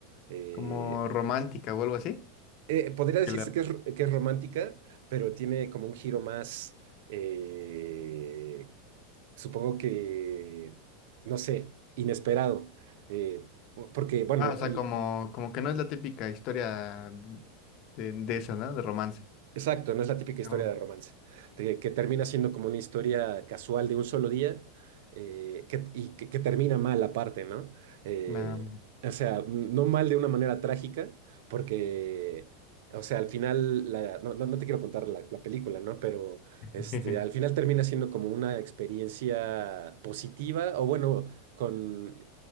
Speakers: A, on the right; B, on the left.
A: Eh,
B: Como romántica o algo así.
A: eh, podría decirse
B: Que la-
A: que es, ro- que es romántica, pero tiene como un giro más, eh, supongo que, no sé, inesperado. Eh, por- porque, bueno,
B: Ah, o sea,
A: el-
B: como, como que no es la típica historia de, de esa, ¿no? De romance.
A: Exacto, no es la típica
B: Pero,
A: historia de romance, de que termina siendo como una historia casual de un solo día eh, que- y que, que termina mal aparte, ¿no? Eh,
B: la-
A: o sea, m- no mal de una manera trágica, porque, o sea, al final, la- no, no- no te quiero contar la, la película, ¿no? Pero
B: <laughs>
A: este, al final termina siendo como una experiencia positiva, o bueno, con,